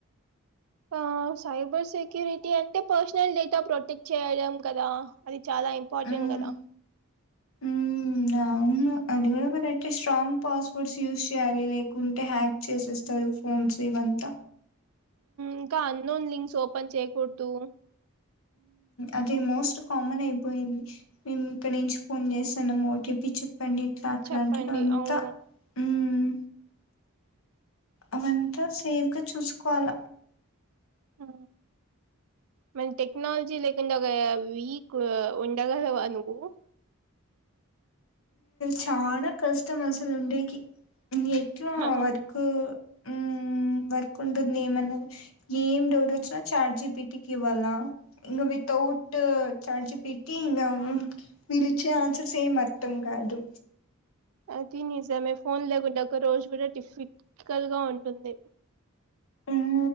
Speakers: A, on the right; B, on the left.
A: ఆ సైబర్ సెక్యూరిటీ అంటే పర్సనల్ డేటా ప్రొటెక్ట్ చేయడం కదా అది చాలా ఇంపార్టెంట్
B: మ్మ్
A: కదా
B: మ్మ్ అవును అది కూడా కరెక్టే స్ట్రాంగ్ పాస్ వర్డ్స్ యూస్ చేయాలి లేకుంటే హ్యాక్ చేసేస్తారు ఫోన్స్ అంత
A: ఇంకా అన్నోన్ లింక్స్ ఓపెన్ చేయకూడదు
B: అదే మోస్ట్ కామన్ అయిపోయింది మేము ఇక్కడ నుంచి ఫోన్ చేస్తానము ఓటీపీ చె పండి ఇట్లా అట్లా
A: చెప్పండి
B: అంటారు అంతా
A: అవును
B: ఉమ్ అవంతా సేఫ్గా చూసుకోవాల
A: ఆ మన టెక్నాలజీ లేకుంటే ఒక వీక్ ఉండగలవా నువ్వు
B: చాలా కష్టం అసలు ఉండేకి ఎట్లా
A: ఆ
B: వర్క్ హ్మ్ వర్క్ ఉంటుంది ఏమన్నది ఏం డౌట్ వచ్చినా చాట్ జీపిటికి ఇవ్వాలా ఇంగ తౌట్ చార్జిపిటీ ఇంగ ఉమ్ వీళ్ళు ఇచ్చే ఆన్సర్స్ ఏం అర్ధం కాదు
A: అది నిజమే ఫోన్ లేకుంటే ఒక రోజు కూడా టిఫికల్ గా ఉంటుంది
B: ఉమ్